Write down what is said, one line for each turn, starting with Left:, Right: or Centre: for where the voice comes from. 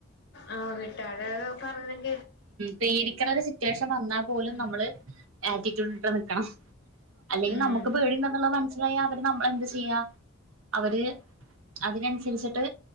Left: ആഹ് വീട്ടാരാരോ പറ <unintelligible>
Right: പേടിക്ക്ണാരു സിറ്റ്വാഷൻ വന്നാ പോലും
Left: ഉം
Right: നമ്മൾ ആറ്റിറ്റ്യൂഡ് ട്ട് നിക്കണം അല്ലെങ്കി
Left: ഉം
Right: നമക്ക് പേടിയുണ്ടെന്നുള്ളത് മൻസ്സി ആയാ അവർ നമ്മളെ എന്ത് ചെയ്യാ അവർ അതിനൻസരിച്ചിട്ട്